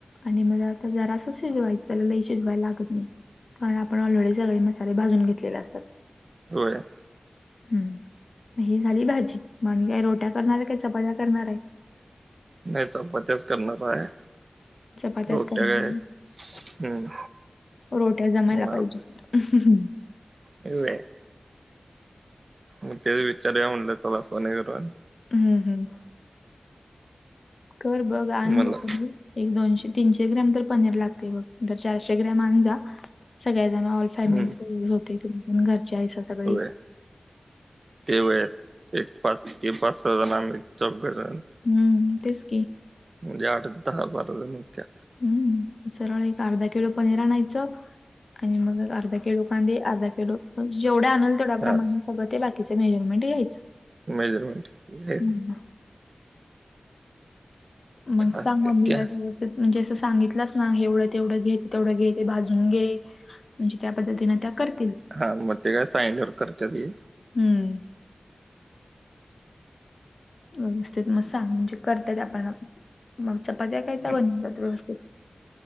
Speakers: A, on the left; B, on the right.
A: आणि मला आता जरास शिजवायचंला लई शिजवायला लागत नाही. कारण आपण ऑलरेडी सगळे मसाले भाजून घेतलेले असतात.
B: होय.
A: हम्म मग ही झाली भाजी. मग आणि काय रोट्या करणार आहे काय चपात्या करणार आहे?
B: नाही चपात्याच करणार आहे.
A: चपाात्याच
B: रोट्या
A: <unintelligible>
B: काय हं.
A: रोट्या जमायला
B: भात.
A: पाहीजेत. <unintelligible>
B: होय. मग तेच विचारुया म्हणलं चला फोनकरून.
A: हम्म हम्म. कर बघ आण
B: म्हणलं
A: <unintelligible> एक दोनशे तीनशे ग्रॅम तर पनीर लागते बघ, तर चारशे ग्रॅम आण जा सगळ्याजण <unintelligible> फॅमिली
B: हं.
A: <unintelligible> होते तुम्ही पण घरचे आहेसा सगळी.
B: होय. ते होय एक पाच ते पाच सहाजण आम्ही चौघजण
A: हम्म तेच की.
B: ज्या वाटेत दहा बाजूला निघत्या.
A: हम्म सरळ एक अर्धा किलो पनीर आणायचं. आणि मग अर्धा किलो कांदे, अर्धा किलो जेवढे आणल तेवढ्या
B: हां.
A: प्रमाणात मग ते बाकीचं मेजरमेंट घ्यायचं.
B: मेजरमेंट <unintelligible>
A: हं, मग
B: चालतंय
A: सांग मी
B: ते.
A: काय <unintelligible> म्हणजे असं सांगितलंच ना एवढं तेवढं घेत ते तेवढं घे ते भाजून घे. म्हणजे त्या पद्धतीने त्या करतील.
B: हा मग ते काय सांगितल्यावर करत्याती.
A: हम्म. व्यवस्थित म सांग म्हणजे करत्यात आपण आप मग चपात्या काय त्या
B: हं.
A: बनवतात व्यवस्थित?